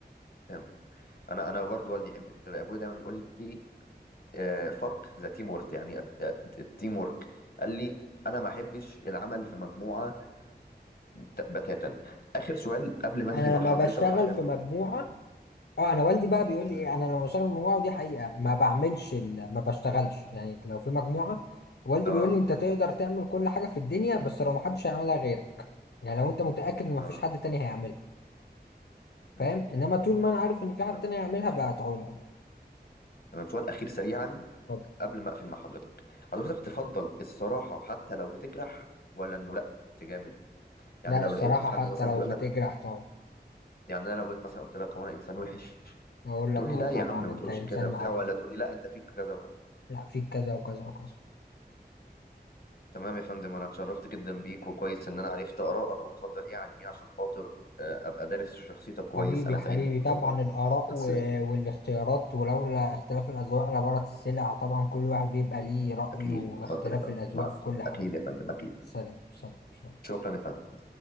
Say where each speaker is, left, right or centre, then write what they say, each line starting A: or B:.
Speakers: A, on the left; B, on the left.
A: تمام انا انا برضو والدي يحب كده ابويا دايما يقول لي فك ذا تيم وورك يعني الت- الت- التيم وورك قال لي انا ما احبش العمل في مجموعه بت- بتاتا اخر سؤال قبل ما انهي
B: أنا
A: مع
B: لما
A: حضرتك
B: بشتغل
A: عشان
B: في مجموعة اه انا والدي بقى بيقول لي
A: مم.
B: ايه انا لما بشتغل في مجموعه ودي حقيقه ما بعملش ال... ما بشتغلش يعني لو في مجموعه والدي
A: اه
B: بيقول لي انت تقدر تعمل كل حاجه في الدنيا بس لو ما حدش هيعملها غيرك يعني لو انت متاكد ان ما
A: اه
B: فيش حد تاني هيعملها
A: مم.
B: فاهم انما طول ما انا عارف ان في حد
A: آه.
B: تاني يعملها بقطعه له
A: تمام سؤال اخير سريعا
B: اتفضل
A: قبل ما اقفل مع حضرتك حضرتك تفضل الصراحه حتى لو بتجرح ولا انه لا تجامل يعني
B: لا
A: لو
B: الصراحه
A: لقيت حد
B: حتى
A: مثلا
B: لو
A: بيقول
B: بتجرح
A: لك
B: طبعا
A: يعني انا لو جيت مثلا قلت لك هو انا انسان وحش
B: اقول لك
A: تقول لي
B: اه
A: لا
B: طبعا
A: يا عم ما
B: انت
A: تقولش
B: انسان
A: كده بتاع
B: معفن
A: ولا تقول لي لا انت فيك كذا وكذا وكذا
B: لا فيك كذا وكذا وكذا
A: تمام يا فندم انا اتشرفت جدا بيك وكويس ان انا عرفت ارائك وبتفضل ايه عن ايه عشان خاطر آه، ابقى دارس شخصيتك كويس
B: حبيبي
A: انا
B: حبيبي
A: سعيد اني كنت
B: طبعا
A: معاك مع
B: الاراء و...
A: السلامة.
B: والاختيارات ولولا اختلاف الاذواق لبارت السلع طبعا كل واحد بيبقى ليه رايه
A: اكيد
B: واختلاف
A: اتفضل يا فندم
B: الاذواق
A: مع
B: في كل حاجه
A: اكيد يا فندم اكيد
B: سلام سلام سلام
A: شكرا يا فندم